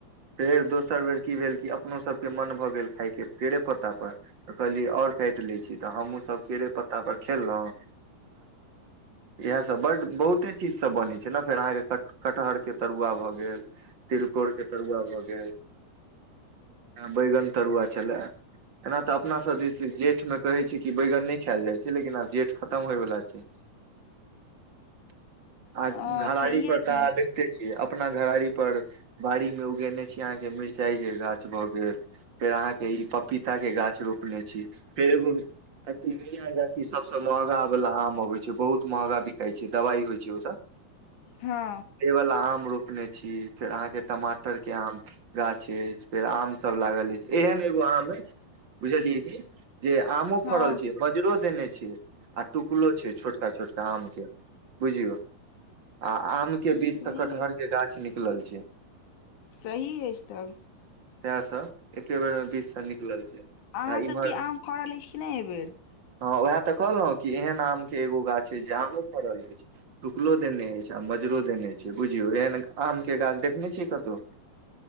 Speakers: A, on the right (about 40°); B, on the left (about 60°).
A: फेर दोसर बेर की भेल कि अपनोसभके मन भऽ गेल खाायके केरे पत्तापर तऽ कहलियै आओर काटि लैत छी तऽ हमूँसभ। केले पत्ता पर खेलो <unintelligible> बहुते चीज सब सोने छे ने कटहर के तरूआ भ गेल तीलकोर के तरूआ भ गेल बैंगन के तरूआ छलै ओना अपना सब दीस जेठ में बैंगन नई खाई छै। खल जाइ छै लेकिन आब जेट खतम होइ वला छै। <unintelligible> आ
B: हँ
A: घरड़ी
B: छैहे
A: पर
B: की
A: तऽ अहाँ देखते छियै अपना घराड़ी। <unintelligible> पर बाड़ी मे उगेने छी अहाँ के मिरचाई के गाछ भए गेल फेर अहाँ के ई प। पपीता के गाछ रोपने छी फेर एगो। <unintelligible> कि सबस मार। <unintelligible> महगा वला आम अबे छै बहुत महगा। <unintelligible> दवाइ होइ छै ओव
B: हँ
A: आ रो। <unintelligible> रने छी फेर अहाँके टमाटरके आम गाछ अछि फेर आमसभ लागल अछि एहन एगो आम अछि बुझलियै कि। <unintelligible> जे आम
B: हँ
A: फरल। मजरो देने छी आ टुकलो छै छोटका छोटका आम के बुझलियो आ आम के
B: सही
A: बीच से कटहर
B: अछि
A: के गाछ निकलल छै। <unintelligible>
B: सही अछि तब। <unintelligible>
A: तह सब एके बेर मे बीच से निकलल छै। <unintelligible>
B: अहाँसभके
A: इम्हर
B: आम फड़ल अछि कि नहि एहिबेर। <unintelligible>
A: हँ उएह तऽ कहलहुँ कि एहन आम के एगो गाछ अछि जे आमो फड़ल अछि टुकलो देने अछि आ मजरो देने छै बुझियौ एहन आमके गाछ देखने छिय कतहु। <unintelligible>